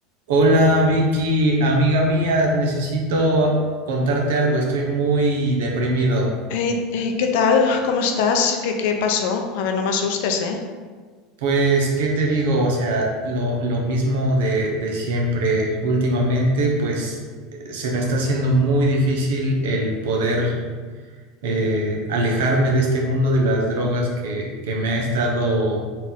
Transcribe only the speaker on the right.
Hola Vicky, amiga mía, necesito contarte algo, estoy muy deprimido.
Pues, ¿qué te digo? O sea, lo, lo mismo de, de siempre. Últimamente, pues, eh, se me está haciendo muy difícil el poder eh, alejarme de este mundo de las drogas que, que me ha estado